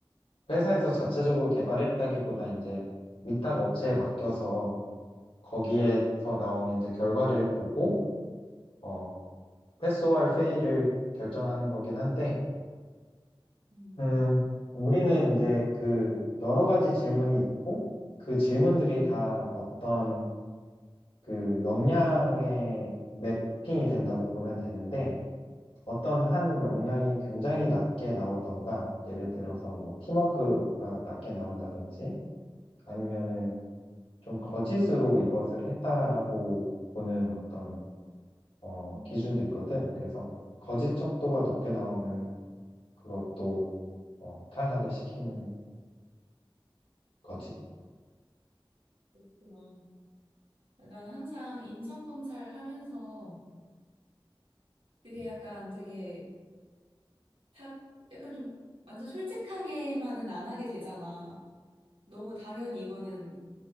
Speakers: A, on the left (about 85°); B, on the right (about 85°).
A: 회사에서 자체적으로 개발했다기보다 이제 위탁 업체에 맡겨서 거기에서 나오는 이제 결과를 보고 어, 패스오알 페이를 결정하는 거긴 한데
B: 음,
A: 음, 우리는 이제 그 여러 가지 질문이 있고 그 질문들이 다 어떤 그 역량에 매핑이 된다고 보면 되는데 어떤 한 역량이 굉장히 낮게 나오던가 예를 들어서 뭐 팀워크가 낮게 나온다든지 아니면은 좀 거짓으로 이것을 했다라고 보는 어떤 어,
B: 음.
A: 기준도 있거든. 그래서 거짓 척도가 높게 나오면 그것도 어, 탈락을 시키는 거지.
B: 그나난 항상 인성검사를 하면서 그게
A: 음.
B: 약간 되게 탁, 약간 좀 완전 솔직하게만은 안 하게 되잖아. 너무 당연히 이거는